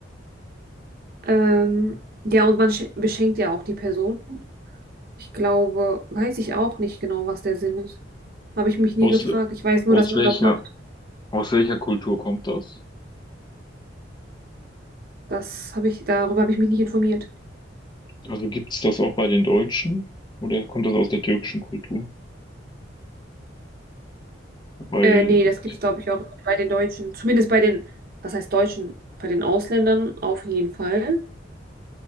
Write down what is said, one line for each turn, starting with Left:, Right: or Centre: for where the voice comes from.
Right: Ähm, ja, und man schen- beschenkt ja auch die Person. Ich glaube, weiß ich auch nicht genau, was der Sinn ist. Habe ich mich nie
Left: Aus,
Right: gefragt. Ich weiß nur,
Left: aus
Right: dass man
Left: welcher,
Right: das macht.
Left: aus welcher Kultur kommt das?
Right: Das habe ich, darüber habe ich mich nicht informiert.
Left: Also gibt es das auch bei den Deutschen oder kommt das aus der türkischen Kultur? Wobei,
Right: Äh, nee,
Left: ich-
Right: das gibt's, glaube ich, auch bei den Deutschen. Zumindest bei den, was heißt Deutschen? Bei den Ausländern auf jeden Fall.